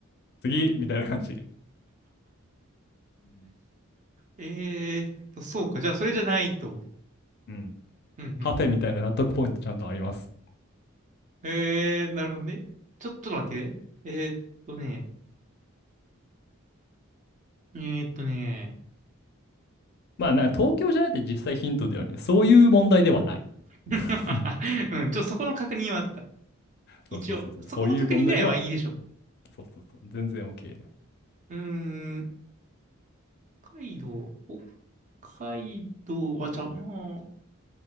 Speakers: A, on the left (about 50°); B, on the right (about 35°).
A: 次、みたいな感じ。うん
B: えーっと、そうか。じゃあ、それじゃないと。
A: うん
B: うん、うん、
A: カフェみたいな納得ポイントちゃんとあります。
B: うん。うんえー、なるほどね。ちょ、ちょっと待ってね。えーっとね、えーっとね、
A: まあな、東京じゃないって実際ヒントだよね。そういう問題ではない。<laughs>
B: <laughs> うん、ちょ、そこの確認はあった。
A: そうそうそうそう。
B: 一応、
A: そういう問題では、
B: そこの確認ぐらいはいいでしょ。
A: そうそうそう。全然 OK。
B: うーん、北海道、北海道はちゃうな。